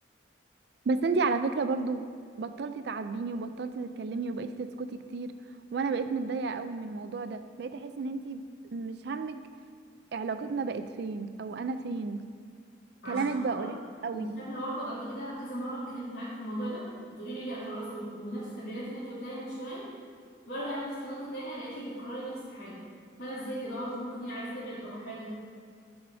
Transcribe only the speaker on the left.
عشان
مؤخرا
انت فاكره برضه قبل كده كذا مره اتكلمت معاك في الموضوع ده وتقولي لي لا خلاص و- ونفس التمرينات اللي انت قلتها لي من شويه وارجع لنفس النقطه تانية الاقيكي بتكرري نفس الحاجه فانا زهقت بقى قلت ممكن هي عايزه تبعد او حاجه